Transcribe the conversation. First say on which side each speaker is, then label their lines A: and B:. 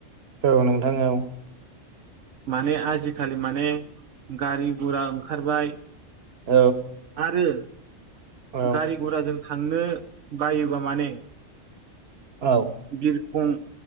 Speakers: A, on the right (about 55°); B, on the right (about 75°).
A: औ नोंथां औ
B: माने आजिखालि माने गारि गुरा ओंखारबाय
A: औ
B: आरो
A: औ
B: गारि गुराजों थांनो बायोबा माने
A: औ
B: बिरखं